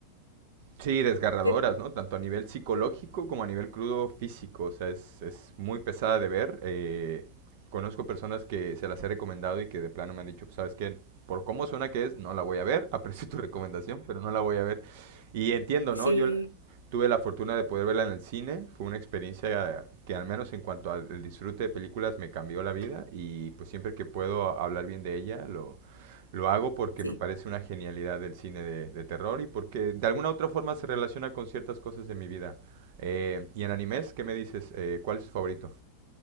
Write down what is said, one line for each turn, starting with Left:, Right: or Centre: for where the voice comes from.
Right: Sí, desgarradoras,
Left: pero
Right: ¿no? Tanto a nivel psicológico como a nivel crudo físico. O sea, es, es muy pesada de ver. eh, conozco personas que se las he recomendado y que de plano me han dicho, ¿sabes qué? Por cómo suena que es, no la voy a ver. <laughs> Aprecio tu recomendación, pero no la voy a ver. Y entiendo,
Left: sí,
Right: ¿no? Yo la- tuve la fortuna de poder verla en el cine. Fue una experiencia que al menos en cuanto al disfrute de películas me cambió la vida y pues siempre que puedo a- hablar bien de ella, lo, lo hago porque
Left: sí.
Right: me parece una genialidad del cine de, de terror y porque de alguna u otra forma se relaciona con ciertas cosas de mi vida. Eh, y en animes, ¿qué me dices? Eh, ¿cuál es tu favorito?